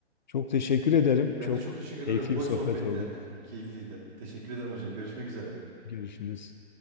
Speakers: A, on the left; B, on the right.
A: Çok teşekkür ederim.
B: Ben
A: Çok
B: de çok teşekkür ederim.
A: keyifli
B: Hoş
A: bir sohbet
B: sohbette.
A: oldu.
B: <laughs> Keyifliydi. Teşekkür ederim hocam. Görüşmek üzere.
A: Görüşürüz.